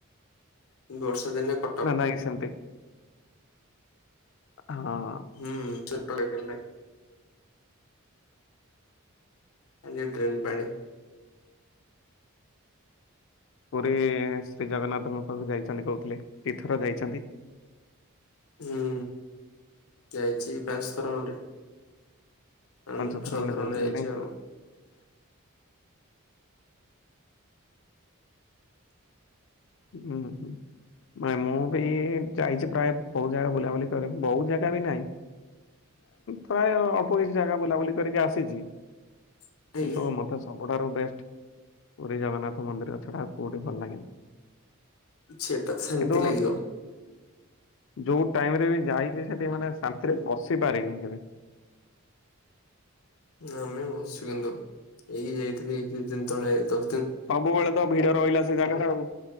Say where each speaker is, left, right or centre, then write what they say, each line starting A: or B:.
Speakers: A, on the left; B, on the left.
A: ବର୍ଷା ଦିନେ କଟକ।
B: ନାଇଁ ନାଇଁ ସେମିତି ହଁ।
A: ହୁଁ ଛୋଟ ବେଳେ ଖେଳୁଥାଏ। ଆଯେ ଡ୍ରେନ୍ ପାଣି
B: ପୁରୀ ଶ୍ରୀ ଜଗନ୍ନାଥଙ୍କ ପାଖକୁ ଯାଇଛନ୍ତି କହୁଥିଲେ ଦି ଥର ଯାଇଛନ୍ତି।
A: ହୁଁ ଯାଇଛି ପାଞ୍ଚ ଥର ଖଣ୍ଡେ।
B: ପାଞ୍ଚ
A: ମୁଁ ଛଅ ଥର
B: ଯାଇଛନ୍ତି
A: ଖଣ୍ଡେ ଯାଇଛି।
B: ନାଇଁ ହୁଁ ହୁଁ। ମେ ମୁଁ ବି ଯାଇଛି ପ୍ରାୟ ବହୁତ ଜାଗା ବୁଲାବୁଲି କରିବି ବହୁତ ଜାଗା ବି ନାହିଁ। ପ୍ରାୟ ଅଳ୍ପ କିଛି ଜାଗା ବୁଲାବୁଲି କରିକି ଆସିଛି କିନ୍ତୁ
A: ଆଜ୍ଞା
B: ମତେ ସବୁଠାରୁ ବେଷ୍ଟ ପୁରୀ ଜଗନ୍ନାଥ ମନ୍ଦିର ଛଡା ଆଉ କୋଉଠି ଭଲ ଲାଗେନି
A: ସେଟା ତ ସେମିତି
B: କିନ୍ତୁ
A: ଲାଗିବ।
B: ଯୋଉ ଟାଇମ ରେ ବି ଯାଇଛି ସେଠି ମାନେ ଶାନ୍ତିରେ ବସିପାରିନି କେବେ
A: ଆମେ ବସିଛୁ କିନ୍ତୁ ଏଇ ଯାଇଥିଲି କିଛି ଦିନ ତଳେ ଦ
B: ସବୁବେଳେ ତ ଭିଡ ରହିଲା ସେ ଜାଗା ଟା ଆଉ,